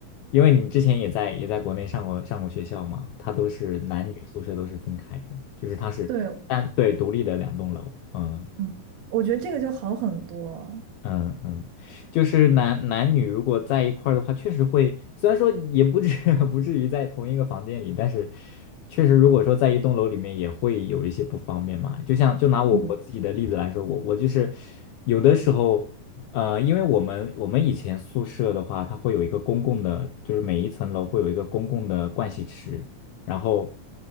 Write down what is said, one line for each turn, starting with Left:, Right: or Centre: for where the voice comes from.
Left: 因为你之前也在也在国内上过上过学校嘛，它都是男女宿舍都是分开的，就是它是单对独立的两栋楼，
Right: 对，
Left: 嗯
Right: 嗯，我觉得这个就好很多。
Left: 嗯嗯，就是男男女如果在一块儿的话，确实会，虽然说也不至 <laughs> 不至于在同一个房间里，但是确实如果说在一栋楼里面也会有一些不方便嘛。就像就拿我我自己的例子来说，
Right: 嗯
Left: 我我就是有的时候，呃，因为我们我们以前宿舍的话，它会有一个公共的，就是每一层楼会有一个公共的盥洗池，然后。